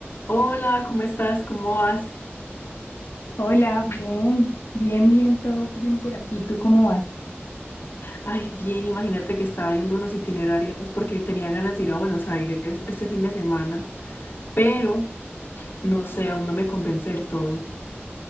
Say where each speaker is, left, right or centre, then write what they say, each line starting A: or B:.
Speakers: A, on the left; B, on the left.
A: Hola, ¿cómo estás? ¿Cómo vas?
B: Hola, bien, bien, bien, todo bien por aquí. ¿Tú cómo vas?
A: Ay, bien, imagínate que estaba viendo unos itinerarios porque tenía ganas de ir a Buenos Aires este fin de semana, pero no sé, aún no me convence del todo.